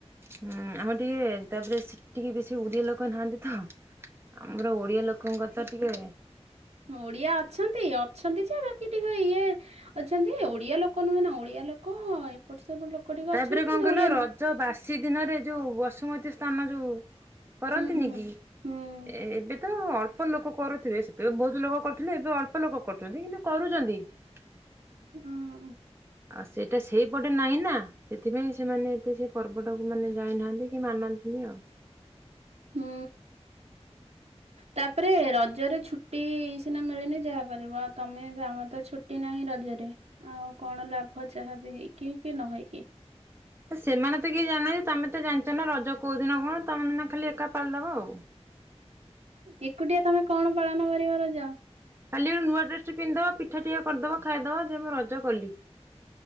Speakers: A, on the right; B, on the right.
A: ହୁଁ ଆମର ଟିକେ ତାପରେ ସେ ଟିକେ ବେଶୀ ଓଡିଆ ଲୋକ ନାହାନ୍ତି ତ। ଆମର ଓଡିଆ ଲୋକଙ୍କ ତ ଟିକେ
B: ଓଡିଆ ଅଛନ୍ତି, ଅଛନ୍ତି ଯେ ବାକି ଟିକେ ଇଏ ଅଛନ୍ତି ଓଡିଆ ଲୋକ ନୁହେଁ ନା, ଓଡିଆ ଲୋକ ଏପଟ ସେ ଏପଟ ଲୋକ ଟିକେ
A: ତାପରେ
B: ଅଛନ୍ତି
A: କଣ
B: କିନ୍ତୁ
A: କହିଲ
B: ଓଡିଆ ଲୋକ
A: ରଜ ବାସି ଦିନରେ ଯୋଉ ବସୁମତୀ ସ୍ଥାନ ଯୋଉ କରନ୍ତିନି
B: ହୁଁ ହୁଁ
A: କି?
B: ହୁଁ।
A: ଏ-ଏବେ ତ ଅଳ୍ପ ଲୋକ କରୁଥିବେ ସେତେବେଳେ ବହୁତ ଲୋକ କରୁଥିଲେ ଏବେ ଅଳ୍ପ ଲୋକ କରୁଛନ୍ତି, କିନ୍ତୁ କରୁଛନ୍ତି। ହ <unintelligible>
B: ହୁଁ।
A: ଆଉ ସେଇଟା ସେଇପଟେ ନାହିଁ ନା। ସେଥିପାଇଁ ସେମାନେ ଏତେ ସେ ପର୍ବଟାକୁ ମାନେ ଜାଣିନାହାନ୍ତି କି ମାନନ୍ତିନି ଆଉ।
B: ହୁଁ।
A: ହ <unintelligible>
B: ତାପରେ ରଜରେ ଛୁଟି ସିନା ମିଳିନେ ଯାହା କରିବୁ ଆଉ ତମେ ଯେ ଆମର ତ ଛୁଟି ନାହିଁ ରଜରେ। ଆଉ କଣ ଲାଭ ଯାହା ବି ହେଇକି କି ନ ହେଇକି।
A: ସେମାନେ ତ କିଏ ଜାଣିନାନ୍ତି ତମେ ତ ଜାଣିଚ ନା ରଜ କୋଉ ଦିନ କଣ ତମେ ଖାଲି ଏକା ପାଳି ଦବ ଆଉ।
B: ଏକୁଟିଆ ତମେ କଣ ପାଳନ କରିବାର ରଜ।
A: ଖାଲି ଗୋଟେ ନୂଆଡ୍ରେସ୍ ଟେ ପିନ୍ଧିଦବ ପିଠା ଟିକେ କରଦବ ଖାଇଦବ ଯେ ମୁଁ ରଜ କଲି।